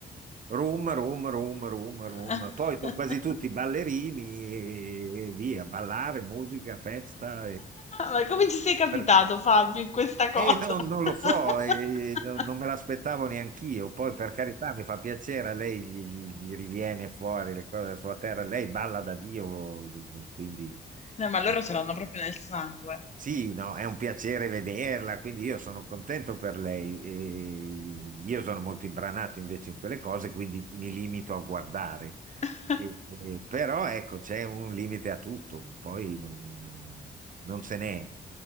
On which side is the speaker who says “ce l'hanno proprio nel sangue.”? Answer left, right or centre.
Left